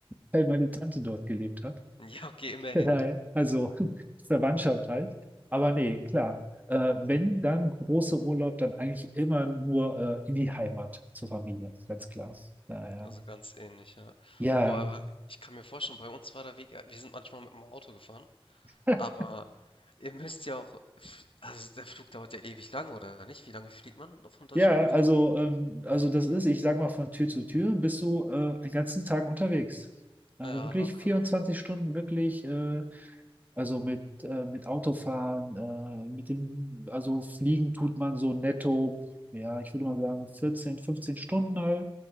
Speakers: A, on the right; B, on the left.
A: weil meine Tante dort gelebt hat.
B: Ja, okay,
A: <laughs>
B: immerhin.
A: Daher, Also <laughs> Verwandtschaft halt. Aber nee, klar. Äh, wenn dann großer Urlaub, dann eigentlich immer nur äh, in die Heimat zur Familie, ganz klar. Daher.
B: Also ganz ähnlich, ja.
A: Ja,
B: Boah, aber ich kann mir vorstellen, bei uns war der Weg, äh, wir sind manchmal mit dem Auto gefahren,
A: Ja.
B: aber ihr müsst ja auch, also der Flug dauert ja ewig lang, oder nicht? Wie lange fliegt man von Deutschland
A: Ja,
B: nach
A: also, ähm,
B: in
A: also
B: die Philippinen?
A: das ist, ich sag mal, von Tür zu Tür bist du äh, einen ganzen Tag unterwegs. Also
B: Ja,
A: wirklich
B: locker,
A: 24
B: ne?
A: Stunden, wirklich, äh, also mit, äh, mit Autofahren, äh, mit dem, also Fliegen tut man so netto, ja, ich würde mal sagen, 14 15 Stunden halt.